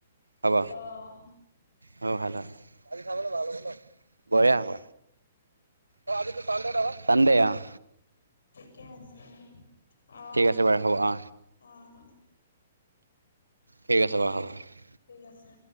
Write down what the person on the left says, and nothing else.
অ',
ঠিকে আছে অহঁ
অহঁ।
ঠিক আছে।